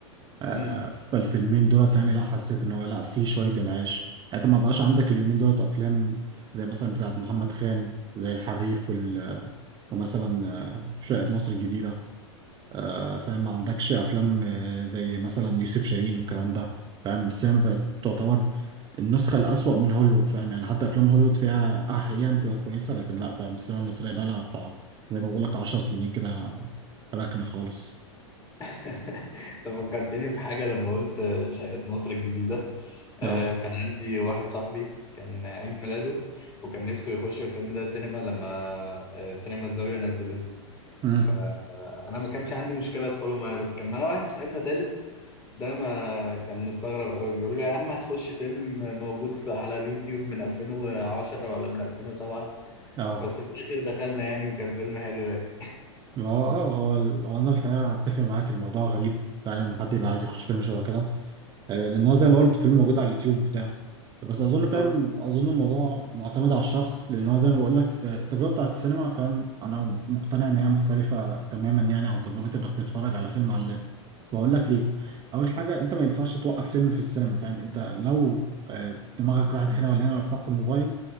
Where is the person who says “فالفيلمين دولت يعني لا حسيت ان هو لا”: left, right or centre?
Right